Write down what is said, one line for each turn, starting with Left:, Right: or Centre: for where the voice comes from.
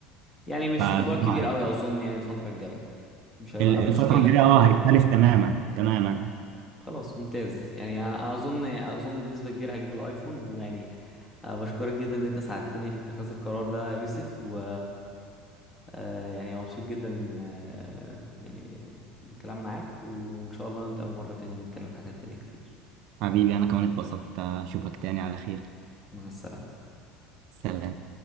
Left: يعني مش
Right: فالموضوع
Left: موضوع كبير قوي اظن يعني الفترة الجاية مش هيبقى
Right: ال- الفترة
Left: مشكلة
Right: الجاية اه هيختلف تماما تماما
Left: خلاص ممتاز يعني انا أنا اظن اظن بنسبة كبيرة هجيب الايفون ويعني آه، بشكرك جدا ان انت ساعدتني في اتخاذ القرار ده يا يوسف و آه، يعني مبسوط جدا آه، يعني بالكلام معاك وان شاء الله نتقابل مرة تانية ونتكلم في حاجات تانية كتير
Right: حبيبي أنا كمان اتبسطت أشوفك تاني على خير
Left: مع السلامة
Right: سلام